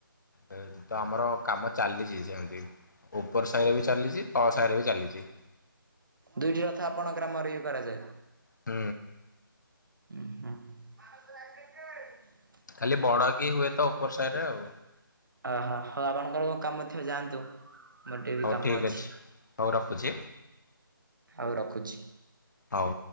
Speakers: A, on the left (about 55°); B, on the right (about 60°).
A: ତ ଆମର କାମ ଚାଲିଛି ସେମିତି ଉପର ସାହିରେ ବି ଚାଲିଛି ତଳ ସାହିରେ ବି ଚାଲିଛି।
B: ଦୁଇଟି ରଥ ଆପଣଙ୍କ ଗ୍ରାମରେ ବି କରାଯାଏ।
A: ହୁଁ।
B: ଉଁ <inaudible>
A: ଖାଲି ବଡ କି ହୁଏ ତ ଉପର ସାଇ ରେ ଆଉ।
B: ଓହୋ ହଉ ଆପଣଙ୍କର କଣ କାମଥିବ ଯାଆନ୍ତୁ। ମୋର ଟିକେ ବି
A: ହଉ
B: କାମ
A: ଠିକ୍
B: ଅଛି।
A: ହଉ ରଖୁଛି
B: ହଉ ରଖ ଅଛି
A: ହଉ